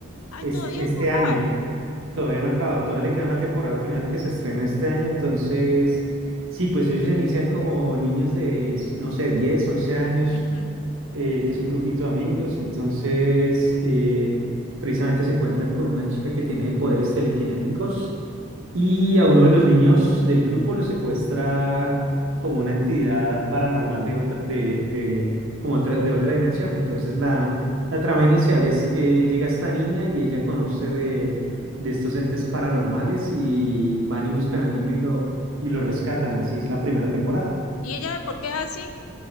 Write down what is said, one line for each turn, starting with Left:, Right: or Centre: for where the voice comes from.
Left: Ay,
Right: Este,
Left: todavía
Right: este
Left: no ha acabado.
Right: año todavía no ha acabado, todavía le queda una temporada final que se estrena este año, entonces sí, pues ellos inician como niños de, s- no sé, 10, 11 años,
Left: Ujú.
Right: eh, que es un grupito de amigos, y entonces eh, precisamente se encuentran con una chica que tiene poderes telequinéticos y a uno de los niños del grupo lo secuestra como una entidad paranormal de otra, de, de, como otra, de otra dimensión. Entonces la, la trama inicial es que llega esta niña y ella conoce de, de estos entes paranormales y van y buscan al niño y lo, y lo rescatan. Así es la primera temporada.
Left: ¿Y ella de por qué es así?